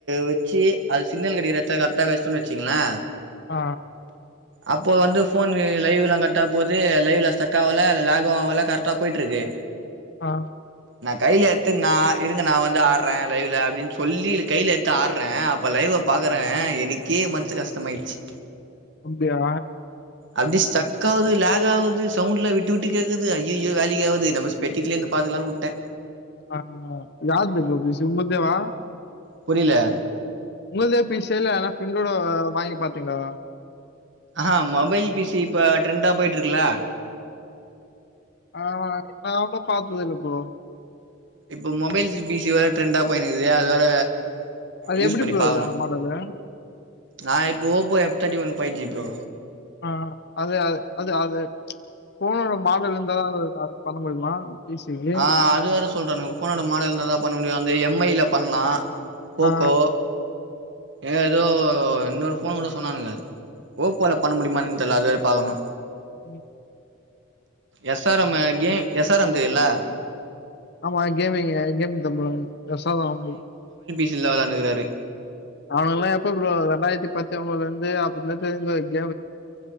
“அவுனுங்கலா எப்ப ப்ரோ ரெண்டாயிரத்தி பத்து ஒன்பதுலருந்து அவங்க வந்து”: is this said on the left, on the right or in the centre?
Left